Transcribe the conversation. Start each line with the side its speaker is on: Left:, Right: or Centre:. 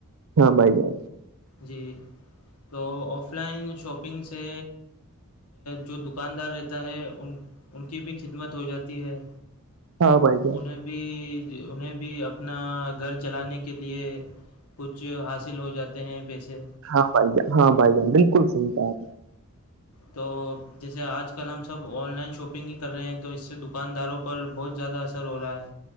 Right: ہاں بھائی جائی
Left: جی تو آف لائن شاپنگ سے جو دکاندار رہتا ہے ان ان کی بھی خدمت ہو جاتی ہے
Right: ہاں بائی جا <unintelligible>
Left: انہیں بھی انہیں بھی اپنا گھر چلانے کے لیے کچھ حاصل ہو جاتے ہیں پیسے
Right: ہاں بھائی جان ہاں بھائی جان بالکل صحیح بات ہے
Left: تو جیسے آج کل ہم سب آن لائن شاپنگ ہی کر رہے ہیں تو اس سے دکانداروں پر بہت زیادہ اثر ہو رہا ہے